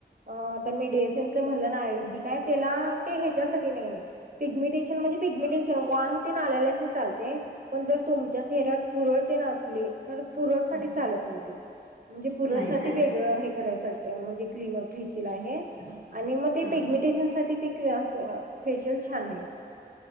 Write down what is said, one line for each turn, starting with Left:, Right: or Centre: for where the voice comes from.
Right: अ आता मी डिएसनचं म्हणलं ना आयुर्वेदिक आहे. त्याला ते ह्याच्यासाठी नाहीये. पिगमिटेशन म्हणजे पिगमिटेशन, वांग तेन आलेल्यासनी चालतंय. पण जर तुमच्या चेहऱ्यावर पुरळ तेन असले, तर पुरळ साठी
Left: हं.
Right: चालत नाही ते. म्हणजे पुरळसाठी
Left: नाही काय?
Right: वेगळं हे करायसाठी म्हणजे क्लीनअप, फेशियल आहे. आणि मग ते
Left: हां.
Right: पेगमिटेशन साठी ते क्ली अ फेशियल छान आहे.